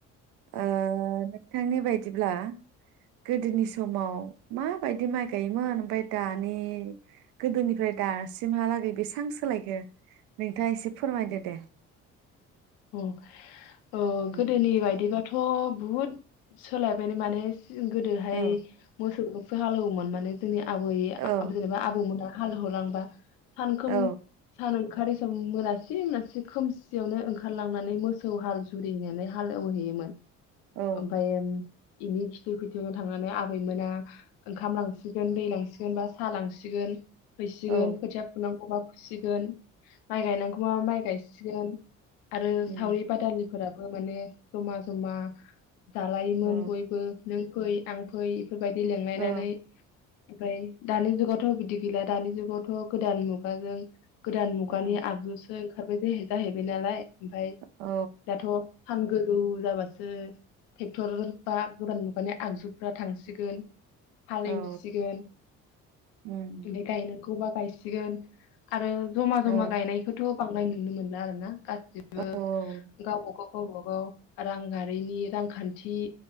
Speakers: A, on the right (about 60°); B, on the left (about 65°).
A: ओ नोंथांनि बायदिब्ला गोदोनि समाव माबायदि माइ गायोमोन ओमफ्राय दानि गोदोनिफ्राय दा सिमहालागै बेसबां सोलायखो नोंथाङा एसे फोरमायदो दे
B: औ औ
A: उम
B: गोदोनि बायदिबाथ थ बुहुद सोलायबायलै माने गोदोहाय
A: औ
B: मोसौ हालौवोमोन माने जोंनिया आबै
A: औ
B: जेनेबा आबौमोना हाल होलांबा सानखोम
A: औ
B: सानो ओंखारै सम मोनासि मोनासि खोमसियावनो ओं ओंखारलांनानै मोसौ हाल जुरिनानै हालौहैयोमोन
A: औ
B: ओमफाय ओम इनि खिथु खिथु थांनानै आबैमोना ओंखाम लांसिगोन दै लांसिगोन बा सा लांसिगोन। फैसिगोन
A: औ
B: खोथिया फुनांगौबा सिगोन माय गायनांगौबा माय गायसि सिगोन आरो
A: उम
B: सावरि बादालिफोराब बो माने जमा जमा जालायोमोन
A: औ
B: बयबो नों फै आं फै बेबायदि लेंलायनानै
A: औ
B: ओमफाय दानि जुगावथ बिदि गैला दानि जुगावथ गोदान मुगाजों गोदान मुगानि
A: ओं
B: आगजुसो खारबायदे जाहैबाय नालाय ओमफाय
A: औ
B: दाथ सान गोजौ जाबासो टेक्टर बा गोदान मुगानि आगजुफ्रा थांसिगोन हालेवसिगोन
A: औ उम
B: बे गायनोखौबा बायसिगोन आरो जमा
A: औ
B: जमा गायनायखौथ बांनाय नुनो मोनला आरो ना गा <unintelligible>
A: औ
B: गावबा गाव गावबा गाव रांआरिनि रांखान्थि